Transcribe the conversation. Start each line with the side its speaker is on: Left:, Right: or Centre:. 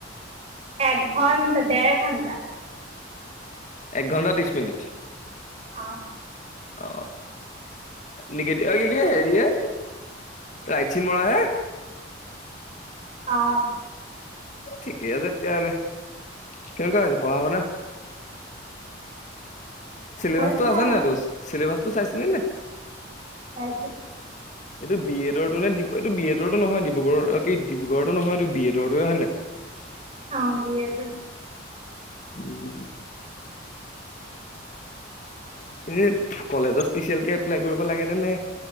Right: এঘণ্টা দেৰ ঘণ্টা।
Left: এক ঘণ্টা ত্ৰিশ মিনিট?
Right: অঁ।
Left: অ। নিগেট <unintelligible> হেৰি হে ৰাইট চিন মৰা হে।
Right: অঁ।
Left: ঠিকে আছে তেতিয়াহলে। কেনেকুৱা হৈছে পঢ়া শুনা? চিলেবাচটো
Right: হৈছে
Left: আছে
Right: আৰু
Left: নে নাই তোৰ উচ, চিলেবাচটো চাইছিলি নে?
Right: চাইছোঁ।
Left: এইটো বি এডৰটো নে দি এইটো বি এডৰটো নহয় ডিব্ৰুগড় কি ডিব্ৰুগড়তো নহয় এইটো বি এডৰটো হয় নে নাই?
Right: অঁ বি এডৰ।
Left: উম। এনে কলেজত স্পেচিয়েল কে এপ্লাই কৰিব লাগেনে নে